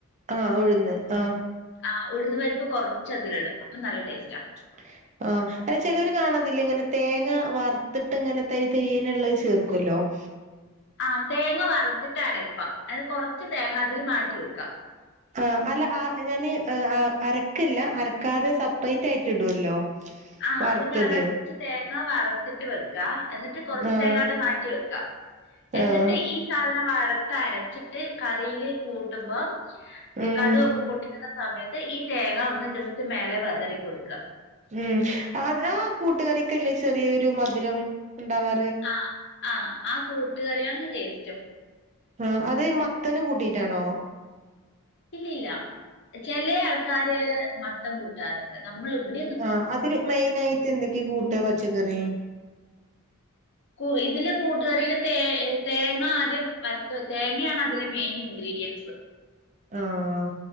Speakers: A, on the right (about 35°); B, on the left (about 55°).
A: ആഹ് ഉഴുന്ന് ആഹ്
B: ആ ഉഴുന്ന് പരിപ്പ് കൊറച്ച് അതിലിടും അപ്പൊ നല്ല ടേസ്റ്റാ
A: <unintelligible> ആഹ് അല്ല ചെലവര് കാണതില്ലേ ഇങ്ങനെ തേങ്ങ വറുത്തിട്ട് ഇങ്ങനെ തരി തരിയേനള്ളത് ചേർക്കുവല്ലോ <inaudible>
B: ആഹ് തേങ്ങ വറുത്തിട്ട് അരക്കുവാ അത് കൊറച്ച് തേങ്ങ അതില് മാറ്റി വെക്കാം
A: ആഹ് അല്ല ആ ഞാന് അ ആ അരക്കില്ല അരക്കാതെ സപ്പറേറ്റ് ആയിട്ട് ഇടുവല്ലോ
B: ആഹ്
A: വറുത്തത്
B: അതന്നെ പറഞ്ഞാ കുറച്ച് തേങ്ങ വറുത്തിട്ട് വെക്കാ അന്ന് ട്ട് കൊറച്ച്
A: ആഹ്
B: തേങ്ങ അവിടെ മാറ്റി വെക്കാ എന്നിട്ട്
A: ആഹ്
B: ഈ സാധനം വറുത്തരച്ചിട്ട് കറിയില് കൂട്ടുമ്പം
A: ഉം
B: ഈ കടുവൊക്കെ പൊട്ടിക്കുന്ന സമയത്ത് ഈ തേങ്ങ ഒന്ന് ജസ്റ്റ് മേലെ വെതറി കൊടുക്ക
A: ഉം അതാ കൂട്ടുകറിക്കല്ലേ ചെറിയൊരു മധുരം ണ്ടാവാ
B: ആഹ് ആഹ് ആ കൂട്ട് കറിയാണ് ടേസ്റ്റും
A: ആഹ് അത് മത്തന് കൂട്ടിട്ടാണോ?
B: ഇല്ലില്ല ചെലേ ആൾക്കാര് മത്തൻ കൂട്ടാറുണ്ട് നമ്മൾ ഇവിട്
A: ആഹ് അതില് മെയിനായിട്ട് എന്തൊക്കെയ കൂട്ട പച്ചക്കറി?
B: കൂ ഇതില് കൂട്ടുകറിയില് തേ തേങ്ങ ആദ്യം വറത്ത് തേങ്ങയാണ് അതിലെ മെയിൻ ഇൻഗ്രീഡിയൻസ്
A: ആഹ്